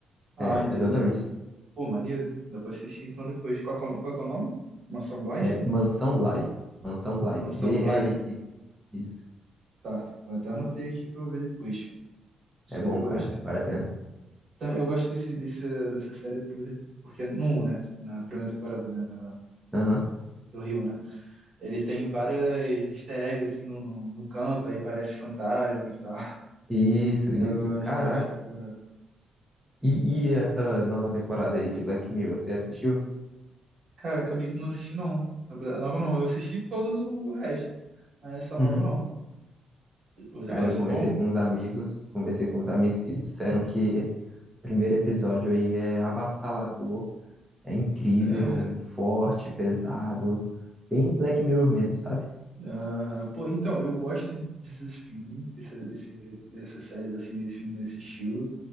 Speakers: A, on the right; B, in the centre.
A: Ah,
B: É,
A: entendi.
B: exatamente.
A: Pô, maneiro. Dá pra assistir então depois. Qual que é o, qual que é o nome? Mansão Blind?
B: É Mansão Bly. Mansão Bly.
A: Mansão
B: B-L-Y.
A: Blind.
B: Isso.
A: Tá, Vou até anotei aqui pra eu ver depois. Isso
B: É bom,
A: aí eu gosto.
B: cara. Vale a pena.
A: Então, eu gosto desse, desse, dessa série porque, porque no um, né? Na primeira temporada, né? Da,
B: Aham.
A: da- do Rio, né? Eles têm várias easter eggs assim no, no, no canto, aí parece fantasmas e tal. <laughs>
B: Isso,
A: Eu
B: isso.
A: gosto,
B: Caraca.
A: eu gosto pra caraca.
B: E, e essa nova temporada aí de Black Mirror, você assistiu?
A: Cara, acabei que não assisti não. A Bla- a nova não, eu assisti todos o resto. Mas essa nova
B: Uhum.
A: não. Os episódios
B: Cara, eu conversei
A: são bons?
B: com uns amigos, conversei com uns amigos que disseram que o primeiro episódio aí é avassalador, é incrível,
A: Sério?
B: forte, pesado, bem Black Mirror mesmo, sabe?
A: Aham. Pô, então, eu gosto desses filmes, desses, desses- dessas séries assim, esse filme desse estilo,